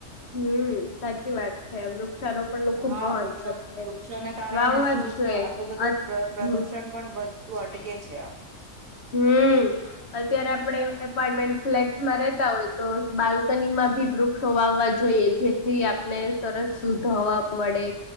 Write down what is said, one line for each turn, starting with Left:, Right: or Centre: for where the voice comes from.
Left: હમ સાચી વાત છે વૃક્ષારોપણ નું ખુબ
Right: હા
Left: મહત્વ
Right: વૃક્ષો
Left: છે
Right: વૃક્ષોને કારણે
Left: વાવવા
Right: શું
Left: જ જોએ
Right: તો આટલું બધું
Left: <unintelligible>
Right: પ્ર પ્રદુષણ પણ વધતું અટકે છે.
Left: હમ અત્યારે આપણે એપાર્ટમેન્ટ ફ્લેટસમાં રેતા હોય તો બાલ્કનીમાં ભી વૃક્ષો વાવવા જોઈએ જેથી આપને સરસ શુદ્ધ હવા મળે